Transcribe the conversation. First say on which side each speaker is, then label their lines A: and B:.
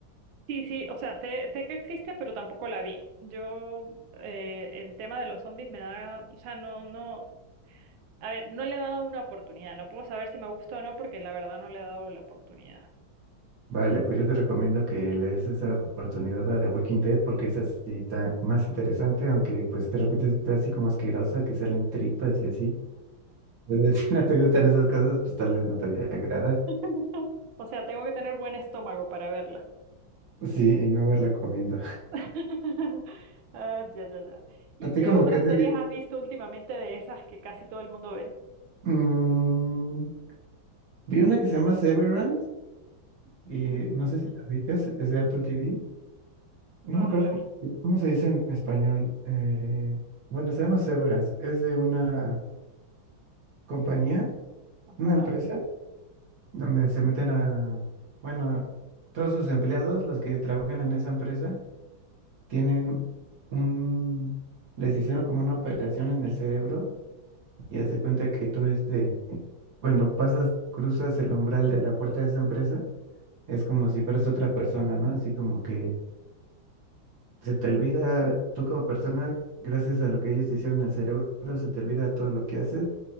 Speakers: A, on the right; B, on the right.
A: Sí, sí, o sea, sé, sé que existe, pero tampoco la vi. Yo, eh, el tema de los zombies me da, o sea, no, no, a ver, no le he dado una oportunidad, no puedo saber si me gustó o no, porque la verdad no le he dado la oportunidad.
B: Vale, pues yo te recomiendo que le des esa oportunidad a The Walking Dead porque esa sí está más interesante, aunque pues de repente está así como asquerosa, que salen tripas y así. Es decir, <laughs> si no te gustan esas cosas, pues tal vez no te agradan.
A: <laughs> O sea, tengo que tener buen estómago para verla.
B: Sí, y no verla comiendo.
A: <laughs> Ah, ya, ya, ya.
B: <laughs>
A: ¿Y
B: ¿A ti
A: qué
B: como
A: otras
B: qué serie?
A: series has visto últimamente de esas que casi todo el mundo ve?
B: Mm, vi una que se llama Severance y
A: Mm,
B: no sé si la ubicas, es de Apple TV.
A: No,
B: No me acuerdo
A: no la
B: cómo,
A: vi.
B: se cómo se dice en español. Eh, bueno, se llama Severance. Es de una compañía,
A: Ajá.
B: una empresa, donde se meten a, bueno, todos sus empleados, los que trabajan en esa empresa, tienen un, les hicieron como una operación en el cerebro Y haz de cuenta que tú, este, cuando pasas, cruzas el umbral de la puerta de esa empresa, es como si fueras otra persona, ¿no? Así como que se te olvida, tú como persona, gracias a lo que ellos te hicieron al cerebro, se te olvida todo lo que haces